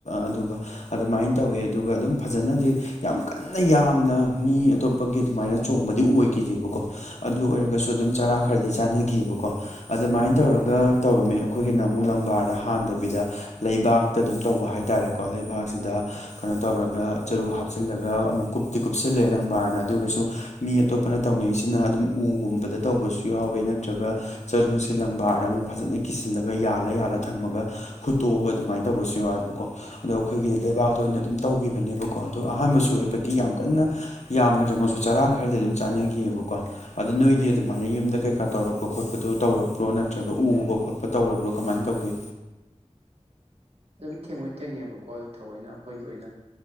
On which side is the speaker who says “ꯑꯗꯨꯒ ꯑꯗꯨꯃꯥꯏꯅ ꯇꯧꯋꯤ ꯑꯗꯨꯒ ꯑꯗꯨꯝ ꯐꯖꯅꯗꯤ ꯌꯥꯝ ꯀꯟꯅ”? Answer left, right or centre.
Left